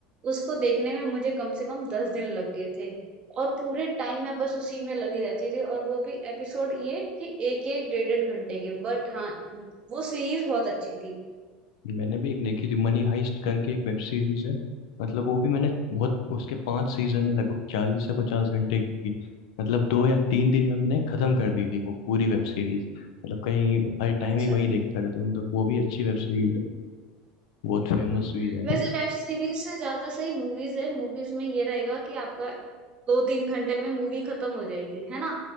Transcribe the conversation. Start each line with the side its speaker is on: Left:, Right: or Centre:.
Right: उसको देखने में मुझे कम से कम दस दिन लग गए थे और पूरे टाइम मैं बस उसी में लगी रहती थी और वो भी एपिसोड ये कि एक एक डेढ़ डेढ़ घंटे के बट हाँ वो सीरीज बहुत अच्छी थी
Left: मैंने भी एक देखी थी मनी हाइस्ट करके एक वेब सीरीज है मतलब वो भी मैंने बहुत उसके पांच सीजन है लगभग चालीस से पचास घंटे की होगी मतलब दो या तीन दिन में मैंने खत्म कर दी थी वो पूरी वेब सीरीज मतलब कहीं हर टाइम
Right: अच्छा
Left: ही वही देखता रहता हूँ तो वो भी अच्छी वेब सीरीज है बहुत फेमस
Right: हम्म,
Left: भी है
Right: वैसे वेब सीरीज से ज्यादा सही मूवीज है मूवीज में ये रहेगा कि आपका दो तीन घंटे में मूवी खत्म हो जाएगी है ना